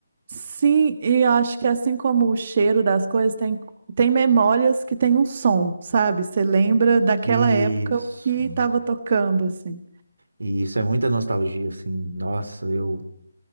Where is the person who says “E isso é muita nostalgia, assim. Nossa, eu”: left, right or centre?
Right